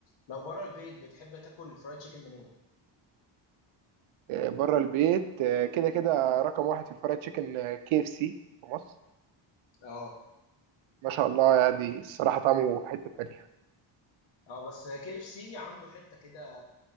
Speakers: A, on the left (about 65°); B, on the right (about 75°).
A: لو بره البيت بتحب تاكل الفرايد تشيكن منين؟
B: آه، بره البيت اه، كده كده رقم واحد في الفرايد تشيكن كي اف سي في مصر
A: اه
B: ما شاء الله يعني الصراحه طعمه في حته تانيه
A: اه بس كي اف سي عنده حته كده